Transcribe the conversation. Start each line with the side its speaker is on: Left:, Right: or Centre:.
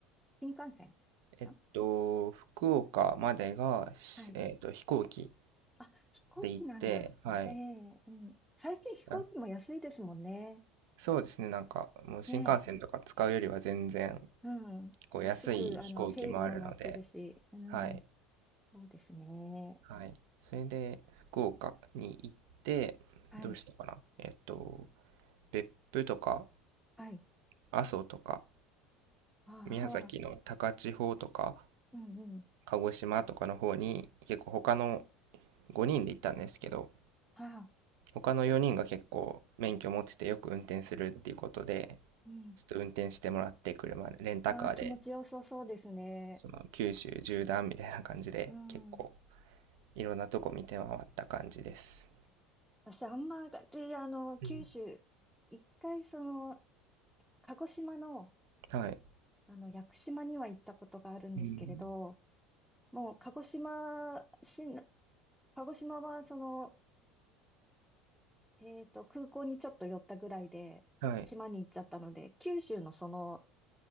Centre: 新幹線
Right: えっと、
Centre: ん
Right: 福岡までが、しえっと、
Centre: はい。
Right: 飛行機
Centre: あ、飛行機なんだ。
Right: で行って、はい。
Centre: ええうん。最近飛行機も安いですもんね。
Right: あそうですね、なんか、もう新幹線とか使うよりは全然、
Centre: ねえ、うん。
Right: こう、
Centre: 安く、
Right: 安い飛行機もあるので、
Centre: あの、セールもやってるし、うん。
Right: はい、
Centre: そうですね。
Right: はい。それで、福岡に行って、
Centre: はい、
Right: どうしたかなえっと、別府とか、
Centre: はい。
Right: 阿蘇とか、
Centre: あ
Right: 宮崎の高千穂とか、
Centre: あ。うんうん。
Right: 鹿児島とかの方に、結構他の5人で行ったんですけど、
Centre: ああ、
Right: 他の4人が結構免許持っててよく運転するっていうことで、
Centre: うん。
Right: ちょっと運転してもらって車で、レンタカーで
Centre: ああ、気持ちよさそうですね。
Right: その九州縦断みたいな感じで結構
Centre: うん。
Right: いろんなとこ見て回った感じです。
Centre: 私、あんまり、あの、九州、
Right: うん。
Centre: 一回、その、鹿児島の、
Right: はい。
Centre: あの、屋久島には行ったことがあるんですけれど、
Right: うん。
Centre: もう、鹿児島市、鹿児島は、その、えっと、空港にちょっと寄ったぐらいで、
Right: はい。
Centre: 島に行っちゃったので、九州のその、